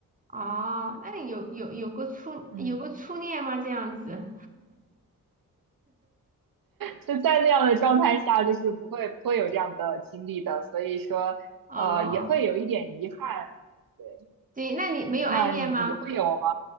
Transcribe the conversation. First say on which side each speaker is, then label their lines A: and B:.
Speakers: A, on the right (about 20°); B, on the right (about 60°).
A: 哦，那你有有有过初有过初恋吗？
B: 嗯
A: 这样子，
B: 就在那样的状态下，就是不会不会有这样的经历的，所以说呃也会有一点遗憾。
A: 哦，
B: 对。
A: 对，那你没有暗恋吗？
B: 那你会有吗？